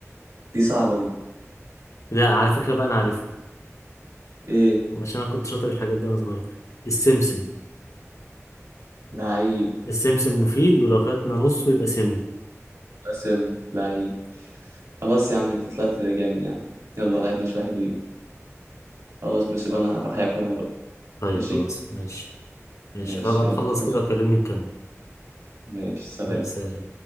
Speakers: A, on the right; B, on the left.
A: دي صعبة دي
B: لا على فكرة بقى انا عارفها
A: إيه
B: عشان انا كنت شاطر في الحاجات دي وانا صغير السمسم
A: لعيب
B: السمسم مفيد ولو خدنا نصه يبقى سم
A: قسم لعيب خلاص يا عم أنت طلعت جامد يا عم يلا لعبنا شوية حلوين خلاص ماشي بقى أنا هروح أكل أنا بقى
B: طيب
A: ماشي
B: خلاص ماشي ماشي
A: ماشي
B: خلاص أبقى
A: يلا
B: اخلص
A: حاجة
B: كده وكلمني نكمل
A: ماشي سلام
B: مع السلامة